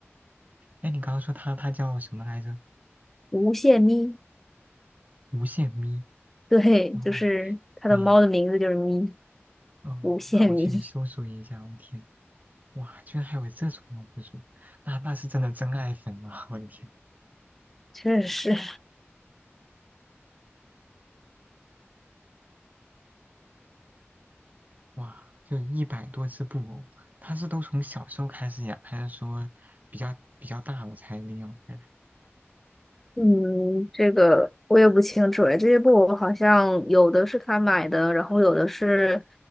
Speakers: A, on the right; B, in the centre.
A: 哎，你刚刚说他他叫什么来着？
B: 无限咪，
A: 无限咪。
B: 对，
A: 哦，
B: 就是它的猫的名字就是咪，
A: 可以，哦，
B: 无限咪，
A: 那我去搜索一下。我天，哇，居然还有这种博主，那那是真的真爱粉啊！我的天。
B: 确实，
A: 哇，就一百多只布偶，它是都从小时候开始养，还是说比较比较大了才领养回来？
B: <laughs> 嗯，这个我也不清楚哎，这些布偶好像有的是他买的，然后有的是